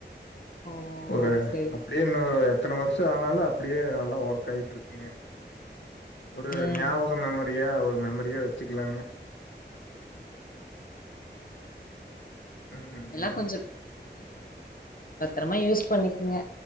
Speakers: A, on the left (about 50°); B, on the left (about 80°).
A: ஓ
B: ஒரு
A: செரி
B: அப்டியே
A: செரி
B: இன்னொரு எத்தன வர்ஷோ ஆனாலு அப்டியே நல்லா ஒர்க் ஆய்ட்ருக்குங்க ஒரு
A: ம்
B: ஞாபக மெமரியா ஒரு மெமரியா வெச்சுக்குலாங்க ம்
A: எல்லா கொஞ்சோ ம் பத்தரமா யூஸ் பண்ணிக்கங்க